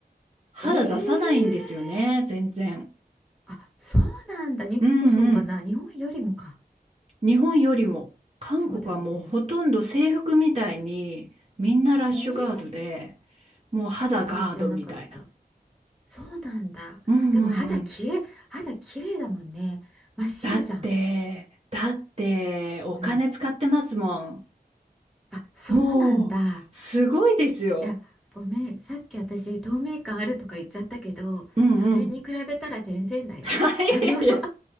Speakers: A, on the right; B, in the centre.
A: 肌出さないんですよね、
B: ええ
A: 全然。
B: あ、そうなんだ。日本もそうかな。
A: うんうん。
B: 日本よりもか。
A: 日本よりも韓国はもうほとんど制服みたいにみんなラッシュガードで
B: そうだよね。ねえ
A: もう肌ガードみたいな。
B: それ知らなかった。そうなんだ。
A: うんうんうん。
B: でも肌きれい、肌きれいだもんね。真っ白じゃん。
A: だってだってお金使ってますもん。
B: うん。あ、そうなんだ。
A: もうすごいですよ。
B: いや、ごめん。さっき私、透明感あるとか言っちゃったけど、
A: うんうん。
B: それに比べたら全然だよ。
A: <laughs>
B: あの、<laughs> あの、
A: いや